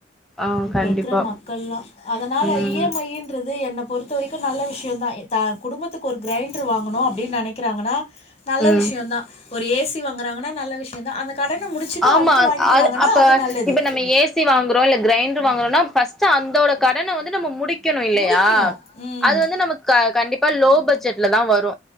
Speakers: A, in the centre; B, on the left.
A: ஆ
B: இப்ப
A: கண்டிப்பா
B: இருக்குற மக்கள்லா அதனால
A: ம்
B: இ எம் ஐ-ன்றது என்னப் பொறுத்த வரைக்கு நல்ல விஷயோதா த குடும்பத்துக்கு ஒரு கிரைண்டரு வாங்குனு அப்டினு நெனைக்கிறாங்கனா நல்ல
A: ம்
B: விஷயோதா ஒரு ஏ சி வாங்குறாங்கனா நல்ல விஷயோ தா அந்த கடன முடிச்சுட்டு
A: ஆமா
B: அடுத்து வாங்கிக்கிறாங்கன்னா
A: அது அப்ப
B: நல்லது
A: இப்ப நம்ம ஏ சி வாங்குறோ இல்ல கிரைண்டர் வாங்குறோனா ஃபஸ்ட் அந்தோட கடன வந்து நம்ம முடிக் கனு இல்லையா
B: முடிக்கணு ம்
A: அது வந்து நமக்கு க கண்டிப் இப்ப லோ பட்ஜெட்ல தா வரு